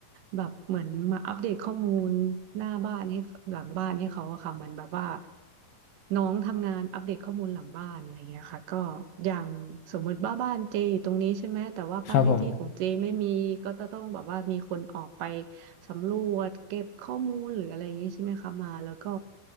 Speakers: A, on the right; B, on the left.
A: แบบเหมือนมาอัปเดตข้อมูลหน้าบ้านให้หลังบ้านให้เขาอะค่ะเหมันแบบว่าน้องทำงานอัปเดตข้อมูลหลังบ้านอะไรเงี้ยค่ะก็อย่างสมมติว่าบ้านเจอยู่ตรงนี้ใช่ไหมแต่ว่าบ้านเลขที่ของเจไม่มีก็จะต้องแบบว่ามีคนออกไป
B: ครับผม
A: สำรวจเก็บข้อมูลหรืออะไรอย่างนี้ใช่ไหมคะมาแล้วก็